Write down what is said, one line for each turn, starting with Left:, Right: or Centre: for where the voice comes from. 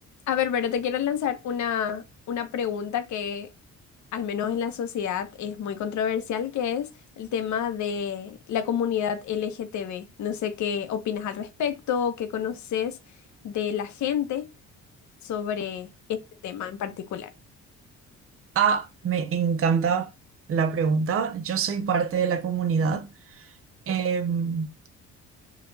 Left: A ver, pero te quiero lanzar una, una pregunta que al menos en la sociedad es muy controversial, que es el tema de la comunidad LGTB. No sé qué opinas al respecto, qué conoces de la gente sobre este tema en particular.
Right: Ah, me encanta la pregunta. Yo soy parte de la comunidad. Em,